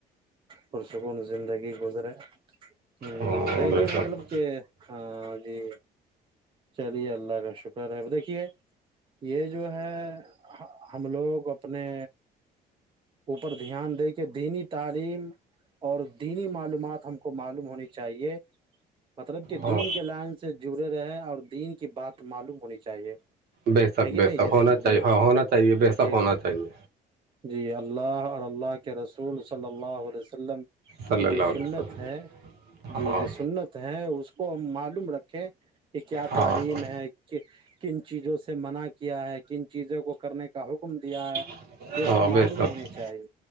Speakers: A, on the right; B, on the right.
A: پرسکون زندگی گزرے ہ
B: ہاں
A: دیکھیے
B: بے
A: مطلب
B: شک
A: کہ ہ جی چلیے اللہ کا شکرہ رہ ہے ب دھیے یہ جو ہے ہم لوگ اپنے پر دھیان دے کے دینی تعلیم اور دینی معلومات ہم کو معلوم ہونی چاہیے مطلب کہ
B: ہاں
A: دین کے لائن سے جڑے رہے اور دین کی بات معلوم ہونی چاہیے
B: بےسک
A: ہے کہ
B: بےسک
A: نہیں جس
B: ہونا چاہیے
A: جس
B: ہاں ہونا چاہیے بےسک
A: جی جی
B: ہونا چاہیے
A: جی اللہ اور اللہ کے رسول صلی اللہ علیہ وسلم
B: صلی
A: کی
B: اللہ
A: جو سنت
B: علیہ وسلم
A: ہے
B: ہاں
A: جی یہ سنت ہے اس کو معلوم رکھیں کہ کیا
B: ہاں
A: تعلیم ہے کن چیزوں سے منع کیا ہے کن چیزوں کو کرنے کا حکم کم دیا <unintelligible>
B: <unintelligible>
A: سب معلوم ہونی چاہیے